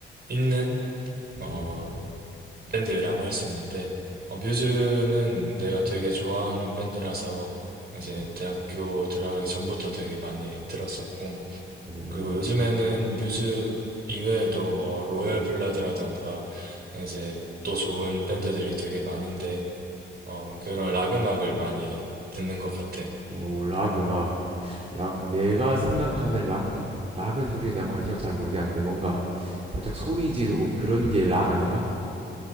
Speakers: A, on the right; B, on the right.
A: 있는
B: 음,
A: 어, 밴드라고 할 수 있는데 어, 뮤즈는 내가 되게 좋아하는 밴드라서 이제
B: 어,
A: 대학교 들어가기 전부터 되게 많이 들었었고
B: 어,
A: 그리고 요즘에는 뮤즈 이외에도 뭐 로얄 블러드라던가 이제 또 좋은 밴드들이 되게 많은데 어, 그런 락 음악을 많이 듣는 것 같아.
B: 어, 락 음악, 락, 내가 생각하는 락, 락은 솔직히 내가 관심을 잘 모르겠는데 뭔가 살짝 소리 지르고 그런 게 락 아닌가?